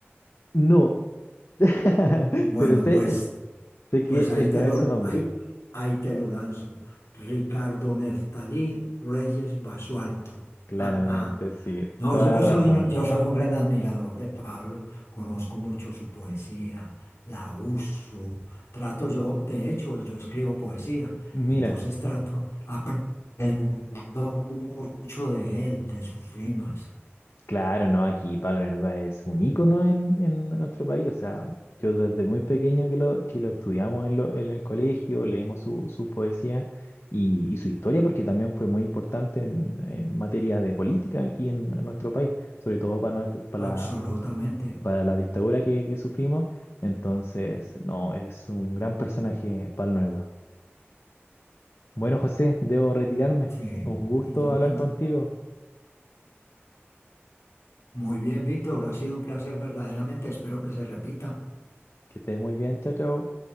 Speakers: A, on the left; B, on the left.
A: No. <laughs>
B: Bueno,
A: Pero sé,
B: pues,
A: sé que
B: pues ahí
A: eh, no
B: te lo,
A: es su nombre.
B: ahí, ahí te lo lanzo. Ricardo Neftalí Reyes Basualto. <laughs>
A: Claramente,
B: Ajá.
A: sí.
B: No,
A: Toda
B: yo
A: razón.
B: soy, un- yo soy un gran admirador de Pablo, conozco mucho su poesía, la uso, trato yo, de hecho, yo escribo poesía,
A: Mira,
B: entonces trato, aprendo mucho de él, de sus rimas.
A: claro, no, aquí Pablo Neruda es un ícono en, en nuestro país. O sea, yo desde muy pequeño que lo, que lo estudiamos en, lo- en el colegio, leemos su, su poesía y, y su historia, porque también fue muy importante en, en materia de política aquí en, en nuestro país, sobre todo para,
B: Absolutamente.
A: para la dictadura que, que sufrimos. Entonces, no, es un gran personaje Nueva. Bueno, José, debo retirarme.
B: Sí.
A: Un gusto
B: Indu-
A: hablar
B: in-
A: contigo.
B: Muy bien, Víctor. Ha sido un placer verdaderamente. Espero que se repita.
A: Que estés muy bien. Chao, chao.